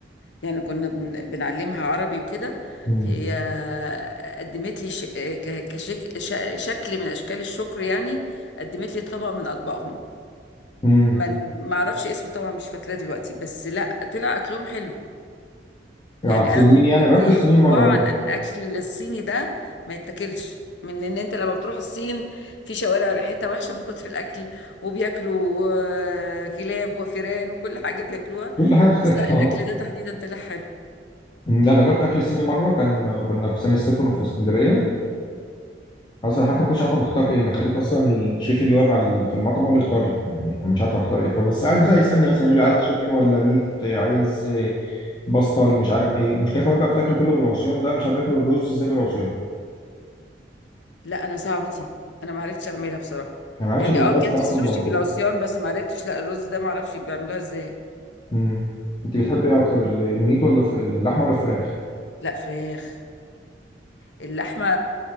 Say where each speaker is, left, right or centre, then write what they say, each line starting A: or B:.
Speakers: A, on the left; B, on the left.
A: يعني كنا بن- بنعلمها عربي وكده
B: مم.
A: هي قدمت لي ش... ك- كشك... ش... شكل من اشكال الشكر يعني قدمت لي طبق من اطباقهم
B: امم
A: ما ما اعرفش اسم طبعا مش فاكراه دلوقتي بس لا طلع اكلهم حلو
B: على
A: يعني
B: السنين
A: انا كنت
B: يعني أنا
A: عندي
B: جربت السنين
A: انطباع
B: مره برضه
A: ان الاكل الصيني ده ما يتاكلش من ان انت لما بتروح الصين في شوارع ريحتها وحشه من كتر الاكل وبياكلوا آه، كلاب وفيران وكل حاجه بياكلوها
B: كل حاجه بتتاكل
A: بس لا
B: <laughs> اه
A: الاكل ده تحديدا طلع حلو
B: أمم، لا انا جربت اكل الصيني مره كان كنا في سان ستيفانو في اسكندريه اصلا حتى ما كنتش عارف أنا بختار ايه انا خليت اصلا الشيف اللي واقف على في المطعم هو اللي يختار لي يعني أنا مش عارف اختار ايه فبس قاعد بس يسالني مثلا يقول لي عايز
A: اه آه.
B: تشيكن ولا ميت عايز آه، باستا ولا مش عارف ايه المشكله كمان بقى في الاكل كله بالعصيان ده مش عارف بياكلوا الرز ازاي بالعصيان
A: لا انا صعبه دي انا ما عرفتش اعملها بصراحه
B: يعني ما عرفتش
A: يعني
B: اكل الباستا
A: اه اكلت
B: اصلا
A: السوشي
B: بالعصيان
A: بالعصيان بس ما عرفتش لا الرز ده ما اعرفش بيعملوها ازاي
B: امم انت بتحبي ايه اكتر ال- الميت ولا في اللحمه ولا الفراخ
A: لا فراخ اللحمة